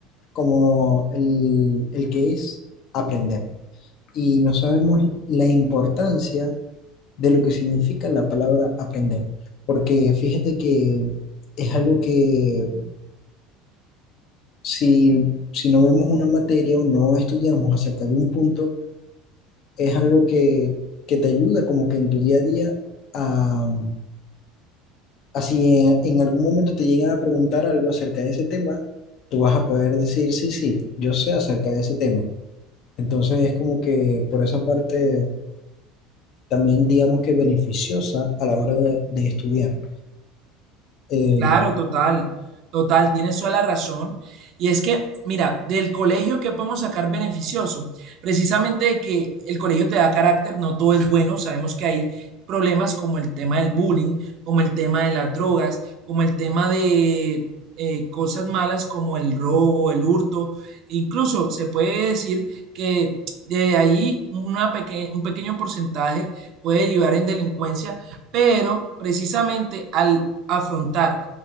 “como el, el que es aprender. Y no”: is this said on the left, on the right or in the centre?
Left